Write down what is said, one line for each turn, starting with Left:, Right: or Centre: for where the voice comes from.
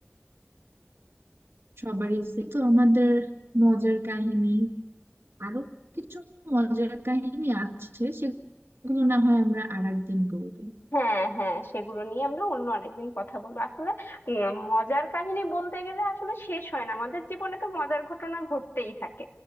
Right: সবারই সে- তো আমাদের মজার কাহিনী আরো কিছু মজার কাহিনী আছে সেগুলো না হয় আমরা আর একদিন বলবো
Left: হ্যাঁ হ্যাঁ সেগুলো নিয়ে আমরা অন্য আরেকদিন কথা বলবো আসলে উম, মজার কাহিনী বলতে গেলে আসলে শেষ হয় না আমাদের জীবনে তো মজার ঘটনা ঘটতেই থাকে